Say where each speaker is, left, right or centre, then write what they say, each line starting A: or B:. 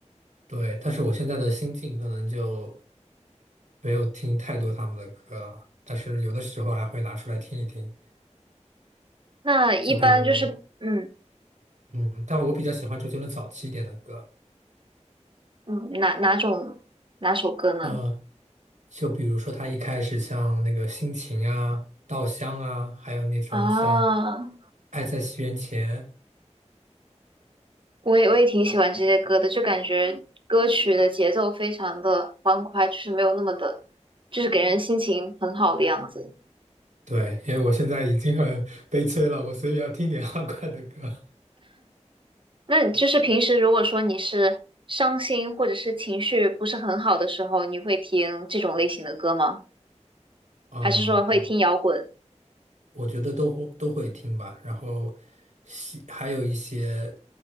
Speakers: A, on the right; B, on the right.
A: 对，但是我现在的心境可能就没有听太多他们的歌了，但是有的时候还会拿出来听一听，
B: 那一般就是，
A: 就比如，
B: 嗯
A: 嗯，但我比较喜欢周杰伦早期一点的歌，
B: 嗯，哪哪种哪首歌呢？
A: 呃，就比如说他一开始像那个《心情》啊、《稻香》啊，还有那种像
B: 啊，
A: 《爱在西元前》，
B: 我也我也挺喜欢这些歌的，就感觉歌曲的节奏非常的欢快，就是没有那么的，就是给人心情很好的样子。
A: 对，因为我现在已经很悲催了，我所以要听点 <laughs> 欢快的歌。
B: 那你就是平时如果说你是伤心或者是情绪不是很好的时候，你会听这种类型的歌吗？
A: 嗯，
B: 还是说会听摇滚？
A: 对，我觉得都会都会听吧，然后喜还有一些，